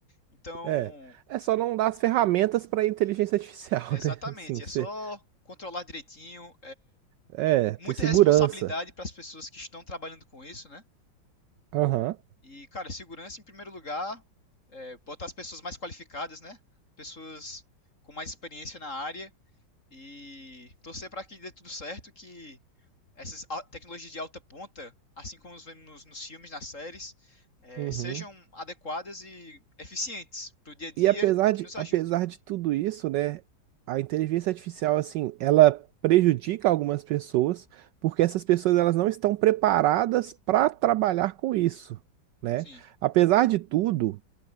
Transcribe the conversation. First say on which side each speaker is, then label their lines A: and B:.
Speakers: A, on the left; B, on the right.
A: Então,
B: É. É só não dar as ferramentas para inteligência artificial,
A: exatamente,
B: <laughs> né? Assim, que
A: é só
B: você,
A: controlar direitinho,
B: é,
A: muita
B: ter segurança.
A: responsabilidade para as pessoas que estão trabalhando com isso, né?
B: Aham.
A: E, cara, segurança em primeiro lugar, é, botar as pessoas mais qualificadas, né? Pessoas com mais experiência na área e torcer para que dê tudo certo, que essas tecnologias de alta ponta, assim como nós vemos nos, nos filmes, nas séries, é,
B: Uhum.
A: sejam adequadas e eficientes para o dia a dia
B: E apesar
A: e que
B: de,
A: nos ajude.
B: apesar de tudo isso, né, a inteligência artificial, assim, ela prejudica algumas pessoas, porque essas pessoas elas não estão preparadas para trabalhar com isso, né?
A: Sim,
B: Apesar de tudo,